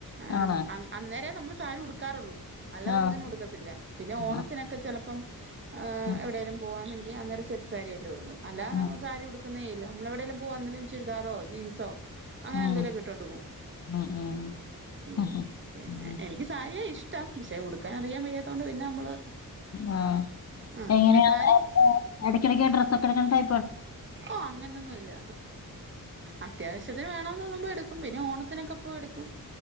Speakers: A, on the right; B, on the left.
A: ആഹ്
B: ആണ്
A: അ അന്നേരം നമ്മള് സാരി ഉടുക്കാറുള്ളൂ അല്ലാതൊന്നിനും
B: ആഹ്
A: ഉടുക്കത്തില്ല പിന്നെ ഓണത്തിനൊക്കെ
B: ആഹ്
A: ചെലപ്പം
B: ഉം
A: എവിടെലും പോവന്നെ ങ്കി അന്നേരം സെറ്റ് സാരിയായിട്ട് ഉടുക്കും അല്ല
B: ഉം
A: സാരി ഉടുക്കുന്നേയില്ല നമ്മളെവിടെലും പോവണ്ടേല് ചുരിദാറോ ജീൻസോ അങ്ങനെ
B: ഉം
A: എന്തെലുവൊക്കെ ഇട്ടോണ്ട് പോവും
B: ഉം ഉം
A: മ്
B: ഉം ഉം
A: പിന്നെ എനിക്ക് സാരിയാ ഇഷ് പക്ഷേ ഉടുക്കാനറിയാൻ വയ്യാത്ത കൊണ്ട് പിന്നെ നമ്മള്
B: ആ
A: ആഹ്
B: എങ്ങനെയാ
A: പിന്നെ സാരി
B: <unintelligible> എടക്കെടക്ക് ഡ്രസ്സൊക്കെ എടുക്കണ ടൈ
A: ഓ അങ്ങനൊന്നുല്ല അത്യാവശ്യത്തിന് വേണോ ന്നു തോന്നുമ്പം എടുക്കും പിന്നെ ഓണത്തിനൊക്കെ പോയി എടുക്കും